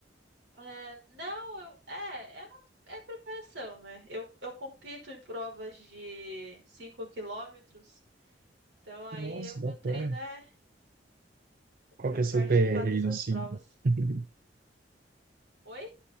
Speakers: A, on the right (about 85°); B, on the right (about 50°).
A: É, não, eu, é, é, uma- é preparação, né? Eu, eu compito em provas de 5 quilômetros, então aí
B: Nossa,
A: o meu
B: bacana.
A: treino é
B: Qual
A: para
B: que
A: participar
B: é seu PR
A: dessas
B: aí no 5?
A: provas.
B: <laughs>
A: Oi?